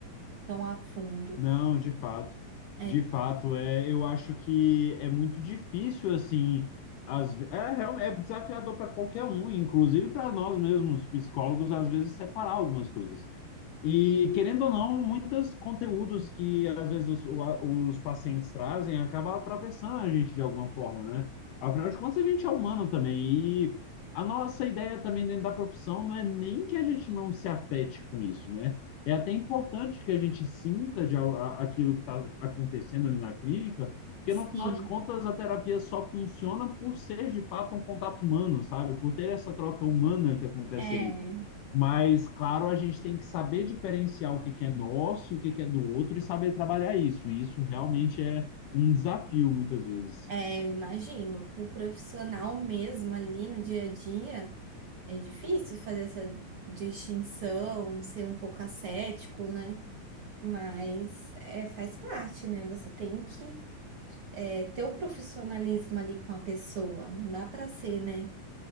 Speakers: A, on the right (about 60°); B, on the left (about 80°).
A: Tão a fundo.
B: Não, de fato.
A: É,
B: De fato, é, eu acho que é muito difícil, assim, às, ve- é, real- é desafiador para qualquer um, inclusive para nós mesmos, psicólogos, às vezes separar algumas coisas. E, querendo ou não, muitos conteúdos que às vezes os, o- a- os pacientes trazem acabam atravessando a gente de alguma forma, né? Afinal de contas, a gente é humano também. E a nossa ideia também dentro da profissão não é nem que a gente não se afete com isso, né? É até importante que a gente sinta de al- a- aquilo que está acontecendo ali na clínica, porque
A: Sim,
B: no final de contas a terapia só funciona por ser de fato um contato humano, sabe? Por ter essa troca humana que acontece
A: é,
B: ali. Mas, claro, a gente tem que saber diferenciar o que que é nosso e o que que é do outro e saber trabalhar isso. E isso realmente é um desafio, muitas vezes.
A: é, eu imagino, para o profissional mesmo ali no dia a dia, é difícil fazer essa distinção, ser um pouco ascético, né? Mas é, faz parte, né? Você tem que é, ter o profissionalismo ali com a pessoa, não dá para ser, né,